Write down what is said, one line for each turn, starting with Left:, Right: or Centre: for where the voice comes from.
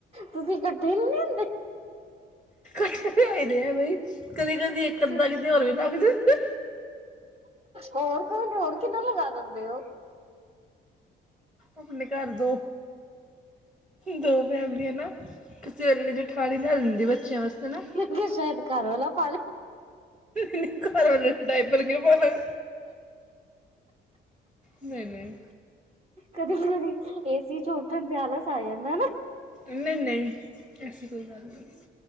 Right: ਤੁਸੀਂ ਇਕੱਠੇ ਨਹੀ ਲਿਆਂਦੇ।
Centre: ਇਕਠੇ ਹੋਈ ਦਾ ਬਈ ਕਦੀ ਕਦੀ
Right: ਅੱਛਾ-ਅੱਛਾ,
Centre: ਇੱਕ ਅੱਧਾ ਕਿਤੇ ਹੋਰ ਵੀ ਲੱਗ ਜਾਂਦਾ।
Right: ਹੋਰ ਕੋਈ ਨ ਹੋਰ ਕਿੰਨਾ ਲਗਾ ਦਿੰਦੇ ਹੋ।
Centre: ਆਪਣੇ ਘਰ ਦੋ ਦੋ ਫੈਮਲੀਆਂ ਨਾ। ਸਵੇਰੇ ਜਠਾਣੀ ਲੈ ਲੈਂਦੀ ਬੱਚਿਆਂ ਵਾਸਤੇ ਨਾ।
Right: ਜਾਂ ਸ਼ਾਇਦ ਘਰ ਵਾਲਾ ਪਾ।
Centre: ਘਰ ਵਾਲੇ ਨੂੰ ਡਿੱਪਰ ਕਿਉਂ ਪਾਣਾ? ਨਹੀਂ ਨਹੀਂ।
Right: ਕਦੀ ਕਦੀ ਏਸੀ ਚ ਉਠਣ ਤੇ ਆਲਸ ਆ ਜਾਂਦਾ ਨਾ।
Centre: ਨਹੀਂ ਨਹੀਂ ਐਸੀ ਕੋਈ ਗੱਲ ਨਹੀਂ।